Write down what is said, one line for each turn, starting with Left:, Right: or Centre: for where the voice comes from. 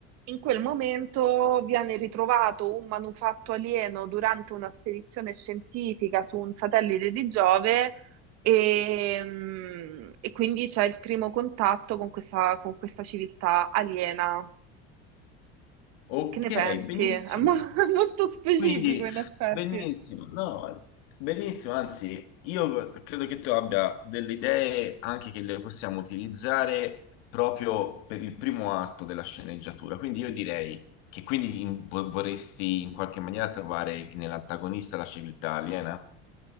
Right: in quel momento viene ritrovato un manufatto alieno durante una spedizione scientifica su un satellite di Giove. E, mm, e quindi c'è il primo contatto con questa, con questa civiltà aliena
Left: Ok,
Right: che ne pensi?
Left: benissimo.
Right: È mo- <laughs> molto specifico
Left: Quindi,
Right: in effetti.
Left: benissimo, no, benissimo, anzi, io credo che tu abbia delle idee anche che le possiamo utilizzare proprio per il primo atto della sceneggiatura. Quindi io direi che quindi in- vo- vorresti in qualche maniera trovare nell'antagonista la civiltà aliena.